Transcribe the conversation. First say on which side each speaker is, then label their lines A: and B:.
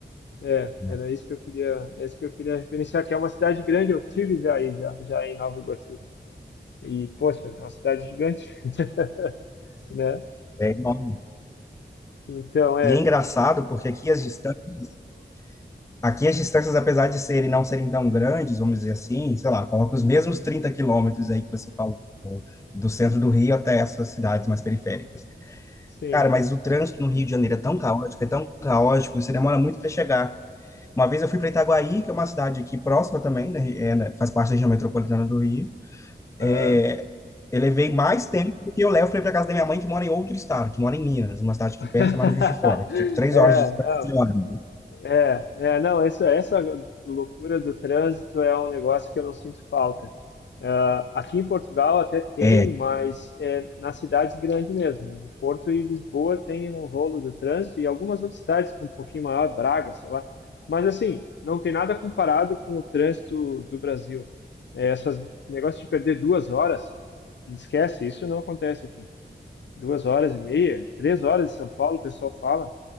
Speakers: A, on the left; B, on the left.
A: É,
B: né?
A: era isso que eu queria, essa que eu queria referenciar, que é uma cidade grande, eu tive já aí, já, já em Nova Iguaçu. E, poxa, é uma cidade gigante, <laughs> né?
B: É enorme.
A: Então, é.
B: E é engraçado porque aqui as distâncias Aqui as distâncias, apesar de serem não serem tão grandes, vamos dizer assim, sei lá, coloca os mesmos
A: Uhum.
B: 30 quilômetros aí que você falou, do centro do Rio até essas cidades mais periféricas.
A: Sim.
B: Cara, mas o trânsito no Rio de Janeiro é tão caótico, é tão caótico, você demora muito para chegar. Uma vez eu fui para Itaguaí, que é uma cidade aqui próxima também, né, é, né, faz parte da região metropolitana do Rio. É,
A: Aham.
B: eu levei mais tempo do que eu levo para ir para casa da minha mãe, que mora em outro estado, que mora em Minas, uma cidade
A: <laughs>
B: que perto, mas no Juiz de Fora, que tipo, três
A: É,
B: horas de distância
A: não.
B: de ônibus.
A: É, é, não, essa, essa loucura do trânsito é um negócio que eu não sinto falta. Ah, aqui em Portugal até tem,
B: É,
A: mas é nas cidades grandes mesmo. Em Porto e Lisboa tem um rolo do trânsito e algumas outras cidades com um pouquinho maior, Braga, sei lá. Mas assim, não tem nada comparado com o trânsito do Brasil. É, essas negócio de perder duas horas, esquece, isso não acontece aqui. Duas horas e meia, três horas em São Paulo, o pessoal fala.